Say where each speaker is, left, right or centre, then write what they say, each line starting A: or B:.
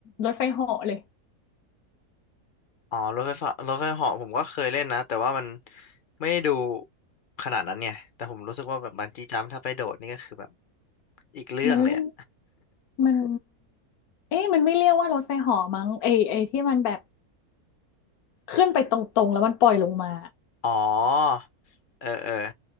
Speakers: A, on the left (about 70°); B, on the left (about 50°).
A: รถไฟเหาะเลย
B: อ๋อรถไฟฟ้ารถไฟเหาะผมก็เคยเล่นนะแต่ว่ามันไม่ได้ดูขนาดนั้นเนี่ยแต่ผมรู้สึกว่าแบบบันจี้จัมพ์ถ้าไปโดดนี่ก็คือแบบอีกเรื่องเลยอะ
A: มันเล่นมันเอ๊ะมันไม่เรียกว่ารถไฟเหาะมั้งไอไอที่มันแบบขึ้นไปตรงๆแล้วมันปล่อยลงมา
B: <laughs> อ๋อเออเออ